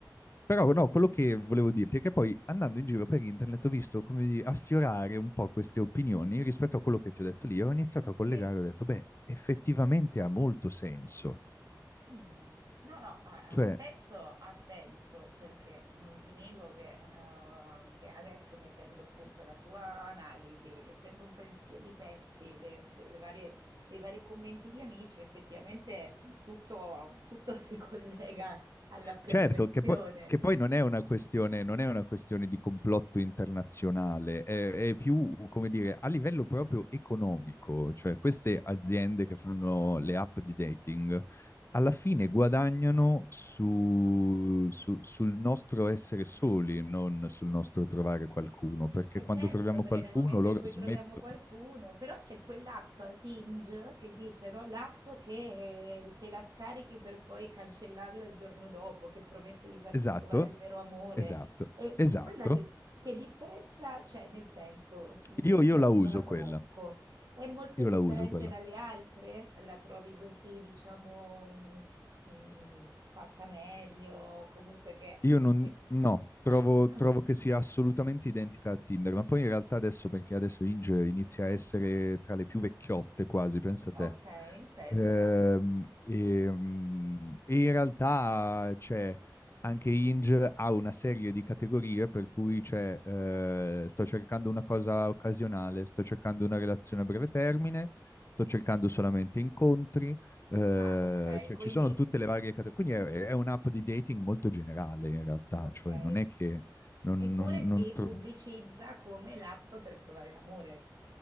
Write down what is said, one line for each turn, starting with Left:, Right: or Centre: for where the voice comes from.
Left: Però no, quello che volevo dirti è che poi andando in giro per internet ho visto come di- affiorare un po' queste opinioni rispetto a quello che ti ho detto lì, ho iniziato a collegare,
Right: Sì.
Left: ho detto, beh, effettivamente ha molto senso.
Right: Mm. No, no, ha,
Left: Cioè,
Right: ha senso, ha senso, perché non ti nego che, eh, che adesso mettendo appunto la tua analisi, rimettendo un po' in piedi i pezzi de- delle varie- dei vari commenti di amici, effettivamente mm, tutto, tutto si <laughs> collega alla perfezione.
Left: Certo, che poi, che poi non è una questione, non è una questione di complotto internazionale, è, è più, come dire, a livello proprio economico, cioè queste aziende
Right: Eh sì.
Left: che fanno le app di dating alla fine guadagnano su- su- sul nostro essere soli, non sul nostro trovare qualcuno, perché
Right: E
Left: quando
Right: certo,
Left: troviamo
Right: perché
Left: qualcuno
Right: nel momento
Left: loro
Right: in cui
Left: smettono.
Right: troviamo qualcuno, però c'è quell'app Hinge che dice, no, l'app che eh, te la scarichi per poi cancellarla il giorno dopo, che promette di farti
Left: Esatto,
Right: trovare il vero amore.
Left: esatto,
Right: E
Left: esatto.
Right: quella che, che differenza c'è, nel senso, s-
Left: Io,
Right: perché
Left: io
Right: io
Left: la uso
Right: non la conosco,
Left: quella,
Right: è molto
Left: io
Right: differente
Left: la uso quella.
Right: dalle altre? La trovi così, diciamo, mm, mm, fatta meglio, comunque che...
Left: Io non,
Right: che...
Left: no, trovo,
Right: <laughs>
Left: trovo che sia assolutamente identica a Tinder, ma poi in realtà adesso, perché adesso Inge inizia a essere tra le più vecchiotte quasi, pensa te.
Right: Ok, pensa.
Left: Ehm, e, mm, e in realtà c'è anche Inge ha una serie di categorie per cui c'è eh, sto cercando una cosa occasionale, sto cercando una relazione a breve termine, sto cercando
Right: Mm.
Left: solamente incontri, eh,
Right: Ah, ok,
Left: cioè
Right: quindi
Left: ci sono tutte le varie categorie, quindi è, è un'app di dating molto generale in realtà,
Right: ok.
Left: cioè non è che non,
Right: Eppure
Left: non-
Right: si
Left: non tro-
Right: pubblicizza come l'app per trovare l'amore.